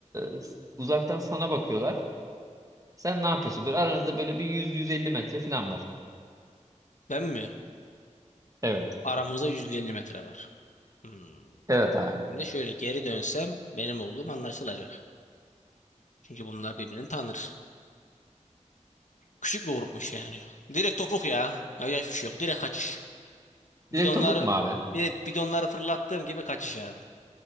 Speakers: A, on the right (about 25°); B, on the left (about 70°).
A: e, s- uzaktan sana bakıyorlar. Sen ne yapıyorsun? Böyle aranızda böyle bir 100-150 metre falan var.
B: Ben mi?
A: Evet.
B: Aramızda 150 metre var. Hmm.
A: Evet abi.
B: Şimdi şöyle geri dönsem benim olduğum anlaşılacak. Çünkü bunlar birbirini tanır. Küçük bir grupmuş yani. Direkt topuk ya. Ya yaş yok. Direkt kaçış. Bidonları
A: Direkt topuk mu abi?
B: bir de bidonları fırlattığım gibi kaçış abi.